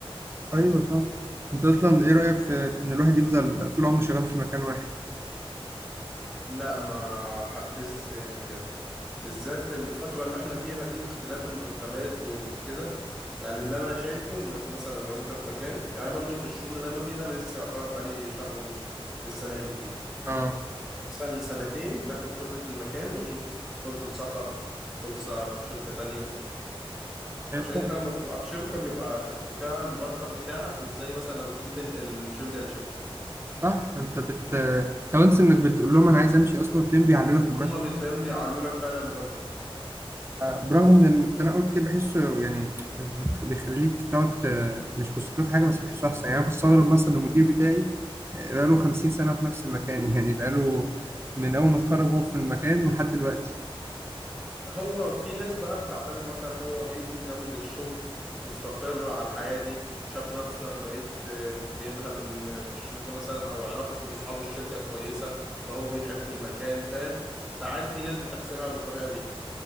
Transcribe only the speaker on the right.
ايوه صح انت اصلا ايه رايك في, في ان الواحد يفضل طول عمره شغال في مكان واحد
اه
هي
فعلا.
صح انت بت طب انس انك بتقول لهم انا عايز امشي اصلا تلاقيهم بيعلوا لك
برغم ان التنقل كتير بحسه يعني بت- بيخليك تقعد آه، مش مستقر في حاجه بس بحسه احسن يعني انا بستغرب مثلا المدير بتاعي آه، بقاله 50 سنه في نفس المكان <laughs> يعني بقاله من اول ما اتخرج وهو في المكان ولحد دلوقتي